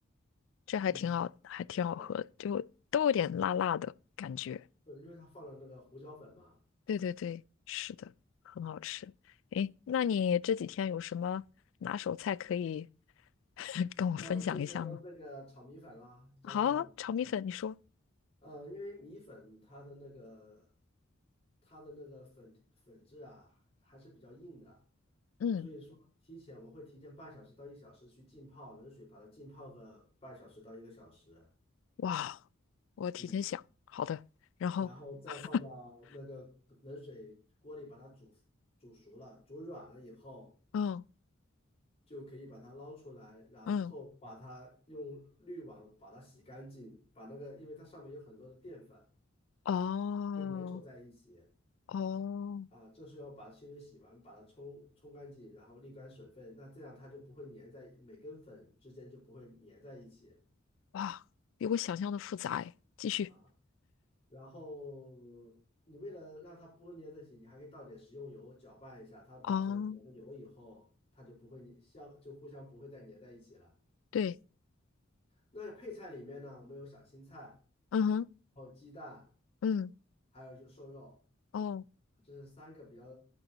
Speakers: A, on the left (about 65°); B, on the left (about 30°).
A: 这还挺好，
B: 嗯，
A: 还挺好喝的，
B: 对，
A: 就都有点辣辣的感觉。
B: 是因为他放了那个胡椒粉嘛。
A: 对对对，是的，很好吃。诶，那你这几天有什么拿手菜可以 <laughs> 跟我分享一下吗？
B: 那我就先先说那个炒米粉啦，江西炒米粉。
A: 好啊炒米粉，你说。
B: 呃，因为米粉它的那个它的那个粉粉质啊，还还是比较硬的，
A: 嗯，
B: 所以说提前我们会提前半小时到一小时去浸泡冷水，把它浸泡个半小时到一个小时，
A: 哇，我提前想，
B: 嗯，
A: 好的。然后
B: 然后再放到那个冷水锅里把它煮煮熟了，
A: <laughs>，
B: 煮软了以后
A: 嗯
B: 就可以把它捞出来，然后把它用滤网把它洗干净，
A: 嗯，
B: 把那个因为它上面有很多的淀粉
A: 哦
B: 会粘稠在一起。
A: 哦，
B: 啊，就是要把清水洗完，把它冲冲干净，然后沥干水分，那这样它就不会粘在每根粉之间就不会粘在一起
A: 哇，比我想象的复杂诶。继续。
B: 啊。然后你为了让它不会粘在一起，你还可以倒点食用油搅拌一下，它表示裹了油以后，
A: 哦，
B: 它就不会粘相就互相不会再粘在一起了。
A: 对，
B: 那配菜里面呢，我们有小青菜，
A: 嗯哼，
B: 然后鸡蛋，
A: 嗯，
B: 还有就瘦肉。
A: 哦，
B: 这是三个比较